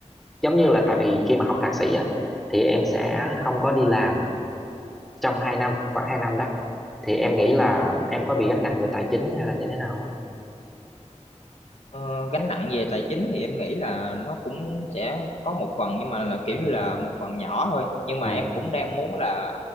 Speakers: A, in the centre; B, on the left.
A: giống như là tại vì khi mà học thạc sĩ á thì em sẽ không có đi làm trong hai năm khoảng 2 năm đó thì em nghĩ là em có bị gánh nặng về tài chính hay là như thế nào không?
B: Ờ, gánh nặng về tài chính thì em nghĩ là nó cũng sẽ có một phần nhưng mà là kiểu
A: ừ
B: như là một phần nhỏ thôi nhưng
A: ừ
B: mà em cũng đang muốn là